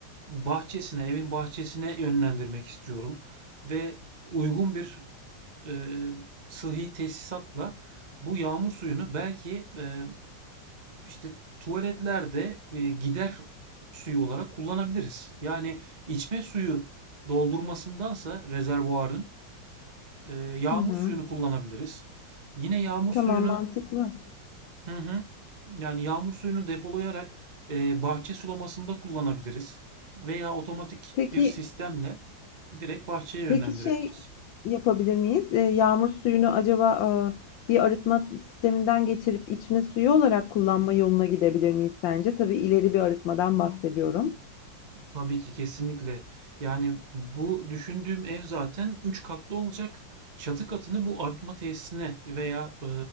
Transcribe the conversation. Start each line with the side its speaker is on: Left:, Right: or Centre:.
Right: bahçesine, evin bahçesine yönlendirmek istiyorum ve uygun bir eee sıhhi tesisatla bu yağmur suyunu belki eee, işte tuvaletlerde eee, gider suyu olarak kullanabiliriz. Yani içme suyu doldurmasındansa rezervuarın eee, yağmur
Left: Hı hı.
Right: suyunu kullanabiliriz. Yine yağmur
Left: Tamam,
Right: suyunu
Left: mantıklı.
Right: Hı hı. Yani yağmur suyunu depolayarak e, bahçe sulamasında kullanabiliriz veya otomatik
Left: Peki
Right: bir sistemle direkt bahçeye yönlendirebiliriz.
Left: peki şey yapabilir miyiz? Eee, yağmur suyunu acaba, aaa, bir arıtma sisteminden geçirip içme suyu olarak kullanma yoluna gidebilir miyiz sence? Tabii ileri bir arıtmadan bahsediyorum.
Right: Tabii ki kesinlikle. Yani bu düşündüğüm ev zaten 3 katlı olacak. Çatı katını bu arıtma tesisine veya e,